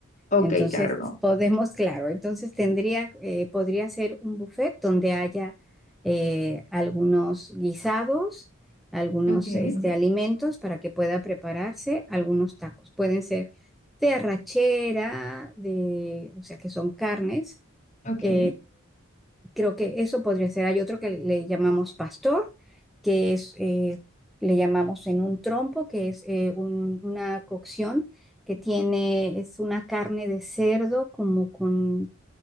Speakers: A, on the left; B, in the centre.
A: Ok,
B: Entonces
A: claro, no.
B: podemos, <laughs> claro, entonces tendría, eh, podría ser un buffet donde haya eh, algunos guisados, algunos
A: Okay,
B: este, Ujú. alimentos para que pueda prepararse algunos tacos. Pueden ser de arrachera, de, o sea, que son carnes.
A: okay,
B: Ujú. Creo que eso podría ser. Hay otro que le llamamos pastor, que es, eh, le llamamos en un trompo, que es eh, un- una cocción que tiene, es una carne de cerdo como con